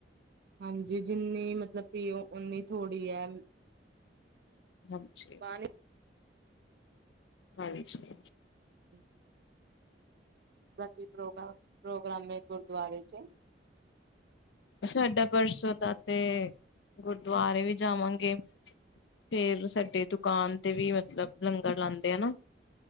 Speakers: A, on the right (about 60°); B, on the left (about 85°).
A: ਹਾਂਜੀ ਜਿੰਨੀ ਮਤਲਬ ਪੀਉ ਉਨੀ ਥੋੜ੍ਹੀ ਐ।
B: ਹਾਂਜੀ।
A: ਪਾਣੀ
B: ਹਾਂਜੀ।
A: ਹਮ। <unintelligible> ਪ੍ਰੋਗਰਾਮੇ ਗੁਰੂਦੁਆਰੇ 'ਚ'
B: ਸਾਡਾ ਪਰਸੋਂ ਦਾ ਤੇ, ਗੁਰਦੁਆਰੇ ਵੀ ਜਾਵਾਂਗੇ। ਫੇਰ ਸਾਡੇ ਦੁਕਾਨ ਤੇ ਵੀ ਮਤਲਬ ਲੰਗਰ ਲਾਉਂਦੇ ਆ ਨਾ।